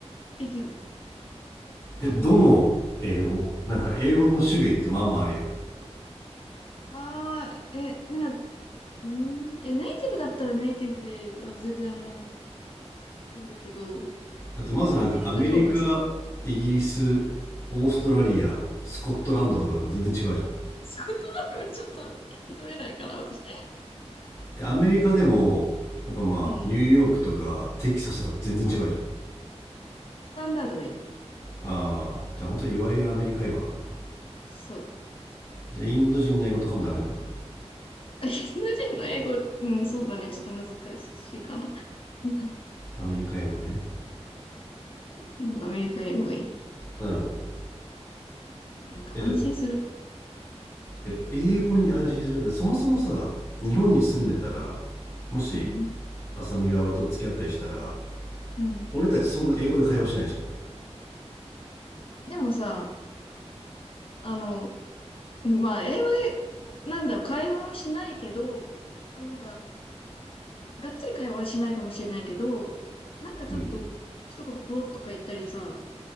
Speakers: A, on the left; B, on the left.
A: できる。
B: え、どの英語なんか英語の種類ってまあまああるやん。
A: ああ、え、なんか、うーん、え、ネイティブだったらネイティブで、あ全然あの、いいんだけど、
B: あとまずなんかアメリカ、
A: アメリカ英語が好き。
B: イギリス、オーストラリア、スコットランドとかとも全然違うじゃん。
A: 仕事なんかはちょっと聞き取れないから、私。
B: で、アメリカでも、なんかまあ、
A: うん。
B: ニューヨークとかテキサスとか全然違うじゃん。
A: スタンダードがいい。
B: ああ、じゃあ本当いわゆるアメリカ英語なんだな。
A: そう。
B: じゃあインド人の英語とかもダメなんだ。
A: <laughs> インド人の英語、うん、そうだね。ちょっと難しいかな。<laughs>
B: アメリカ英語ね。
A: うんアメリカ英語がい
B: なるほど。
A: い。なんか安心する。
B: え、じゃあ、え、英語に安心する。だってそもそもさ、日本に住んでたら、もし、
A: うん。
B: 浅見が俺と付き合ったりしたら、
A: うん。
B: 俺たちそんな英語で会話しないじゃ
A: でもさ、あの、まあ、英語で、なんだろう、会話はしないけど、そのなんか、がっつり会話はしないかもしれないけど、なんかちょっと、
B: ん。うん。
A: 一言ポロッとか言ったりさ、